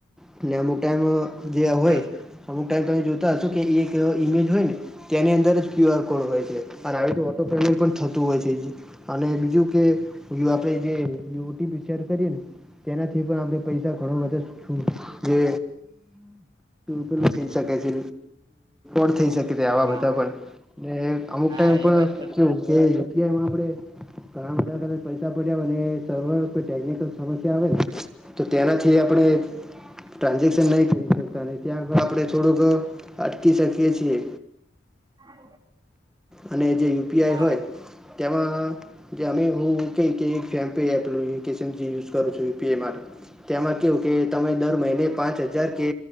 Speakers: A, in the centre; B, on the right.
A: એટલે અમુક ટાઈમ જે હોય
B: હા
A: અમુક ટાઈમ તમે જોતા હશો કે ઈય એક ઇમેજ હોય ને તેની અંદર જ ક્યુઆરકોડ હોય છે અને આવી તો ઓટોપેમેન્ટ પણ થતું હોય છે. અને બીજું કે એવું આપડે જે ઓટીપી ચેક કરીએ ને તેનાથી પણ આપણે પૈસા ઘણો વધે છુટ એ પેલું થઈ શકે છે. <unintelligible> થઈ શકે <unintelligible> આવા
B: હા
A: બધા પણ ને અમુક
B: હા
A: ટાઈમ પણ
B: એ વાત તો
A: કેવું કે કે એમાં આપણે ઘણા બધા કદાચ પૈસા પડ્યા અને સર્વર કોઈ ટેકનિકલ સમસ્યા આવેને તો તેનાથી આપણે ટ્રાન્ઝેક્શન નહી કરી શકતા ન ત્યાં આપડણે થોડોક અટકી શકીએ છીએ.
B: <inaudible>
A: અને જે યુપીઆઈ
B: હા
A: હોય તેમાં જે અમે હું એમ કહીએ કે <unintelligible> એપનું <unintelligible> જે યુઝ કરું છું યુપીઆઈમાં તેમાં કેવું કે તમે દર મહિને પાંચ હજાર કે